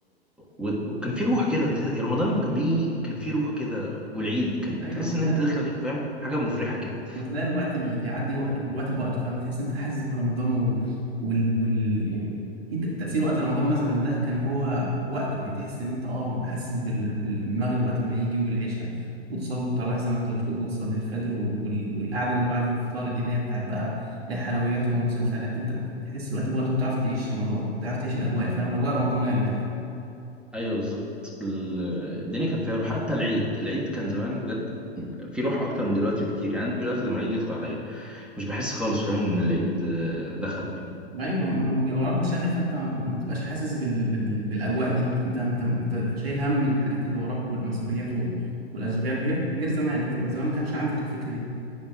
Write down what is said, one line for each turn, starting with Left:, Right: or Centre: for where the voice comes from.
Centre: و... وكان في روح كده تحس... يعني رمضان لما كان بيجي كان في روح كده والعيد كان
Right: أيوه
Centre: تحس
Right: بتلاقي
Centre: إن أنت داخل عليك فاهم حاجة مفرحة كده
Right: وتلاقي الوقت بي- بيعدي وقت الوقت بوقته فاهم تحس إن انت حاسس برمضان و... وال... وال... يعني في ت- تأثير وقت رمضان مثلا ده كان هو وقته يعني تحس ان انت اه حاسس بال... بالمغرب وقت ما يجي والعشاء وتصلي التراويح زي ما انت بتقول وتصلي الفجر وال... وال- والقعده اللي بعد الفطار دي اللي هي بتاعت بقى الحلويات والمسلسلات انت بتحس الوقت بوقته وتعرف تعيش رمضان تعرف تعيش الاجواء فاهم اجواء رمضانيه من الاخر
Centre: أيوه بالظبط ال- الدنيا كان فيها روح حتى العيد العيد كان زمان بجد في روح أكتر من دلوقتي بكتير يعني أنا دلوقتي لما العيد يدخل عليا مش بحس خالص فاهم إن العيد آه، دخل وكده
Right: ايوه ما هو بيبقى وراك مشاغل فانت ما ما بتبقاش حاسس بال... بال... بالاجواء دي انت انت انت شايل هم الحاجات اللي وراك والمسؤوليات وال... والاشغال غير غير زمان انت زمان ما كانش عندك الفكره دي